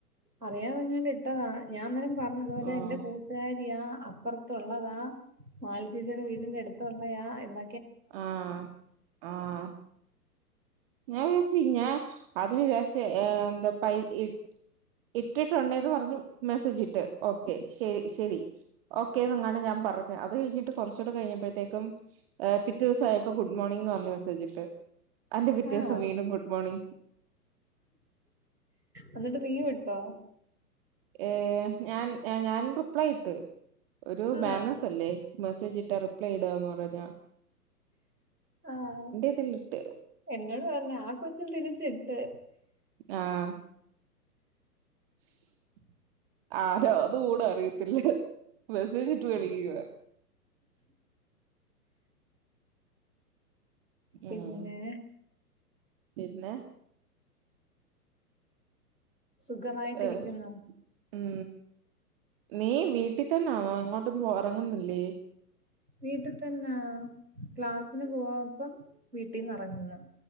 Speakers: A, on the right (about 90°); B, on the right (about 35°).
A: അറിയാതങ്ങാണ്ട് ഇട്ടതാ ഞാൻ അന്നേരം പറഞ്ഞതുപോലെ
B: ആഹ്
A: എൻറെ കൂട്ടാരിയ അപ്പർത്തുള്ളതാ മാലി ചേച്ചിയുടെ വീടിന്റെ അടുത്തള്ളയാാ എന്ന
B: ആഹ ആഹ ഞാ വിചാറിച്ച് ഞാ ആദ്യം വിചാരിച്ച് എന്ത പൈ ഇ ഇട്ടിട്ടുണ്ടേന്ന് പറഞ്ഞു മെസ്സേജ് ഇട്ട് ഓക്കെ ശരി ശരി ഓക്കേ എന്നങ്ങാണ്ട് ഞാൻ പറഞ്ഞ് അത് കഴിഞ്ഞിട്ട് കുറച്ചുകൂടെ കഴിഞ്ഞപ്പോഴത്തേക്കും എ പിറ്റേ ദിവസയപ്പോ ഗുഡ് മോർണിം ന്ന് പറഞ്ഞു മെസ്സേജിട്ട് അതിൻ്റെപിറ്റേ
A: ആഹ്.
B: ദിവസം വീണ്ടും ഗുഡ്മോർണിംഗ്
A: എന്നിട്ട് നീ വിട്ടോ
B: ഏ ഞാൻ ഞാൻ റിപ്ലൈ ഇട്ട് ഒരു
A: ആഹ്.
B: ബാനഴസ്സല്ലേ മെസ്സേജ് ഇട്ടാ റിപ്ലൈ ഇടുകന്ന് പറഞ്ഞ
A: ആഹ
B: ഇതിലിട്ട്
A: എന്നോട് പറഞ്ഞ ആ കൊച്ചും തിരിച്ചിട്ട്
B: ആഹ !!!!!!!!!!! ആരോ അത്കൂടെ അറിയത്തില്ല മെസേജിട്ട് കളിക്കുവ
A: പിന്നെ
B: ഉം പിന്നെ
A: സുഖമായിട്ടിരിക്കുന്നോ?
B: ഏഹ ഉം നീ വീട്ടിൽ തന്നൊണോ ഇങ്ങോട്ടും പോ ഇറങ്ങുന്നില്ലേ
A: വീട്ടിൽ തന്നെ ക്ലാസ്സിന് പോവാപ്പം വീട്ടിൽന്ന് ഇറങ്ങുന്നേ